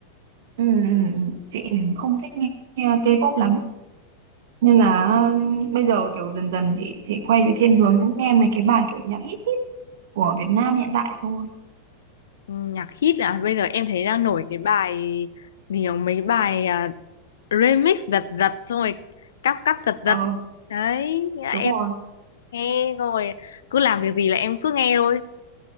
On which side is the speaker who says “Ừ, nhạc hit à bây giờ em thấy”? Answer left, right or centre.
Left